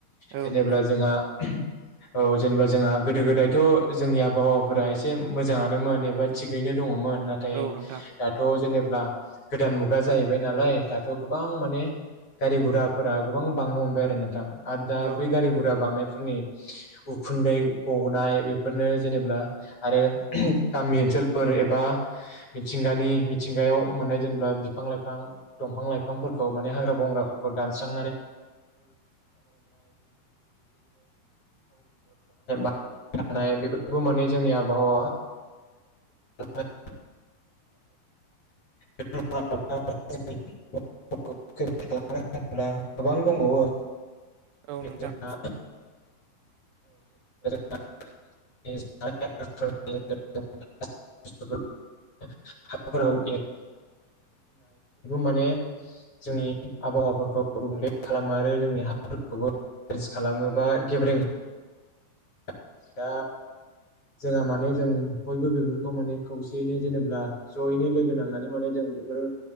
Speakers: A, on the right; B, on the left.
A: औ नोंथां औ
B: जेनेब्ला
A: नोंथां
B: जोंहा औ जेनेबा जोंहा गोदो गोदायथ' जोंनि आबहावाफोरा एसे मोजांनोमोन एबा थिगैनो दङमोन। नाथाय
A: औ नोंथां
B: दाथ' जेनेब्ला, गोदान मुगा जाहैबाय नालाय दाथ' गोबां माने गारि -गुराफोरा गोबां बांनो हमबाय आरो नोंथां। आरो दा
A: औ
B: बै गारि -गुरा बांनायफोरनि उखुन्दै गनाय बेफोरनो जेनेब्ला आरो गामि ओनसोलफोर एबा <unintelligible> <unintelligible> मिथिंगायाव मोननाय जेनेबा- बिफां- लाइफां, दंफां- लाइफांफोरखौ माने हाग्रा- बंग्राफोरखौ दानस्रां <unintelligible> <unintelligible> बेफोरखौ माने जोंनि आबहावा <unintelligible> <unintelligible> <unintelligible> गोबां दंबावो।
A: औ नोंथां।
B: जोंहा <unintelligible> <unintelligible> बेफोरखौ माने जोंनि आबहावाफोरखौ गुबुंले खालामो आरो जोंनि हाफोरखौबो <unintelligible> दा जोंहा माने, जों बयबो बेफोरखौ माने खौसेयैनो जेनेबा जयैनो लोगो नांनानै माने जों बेफोरो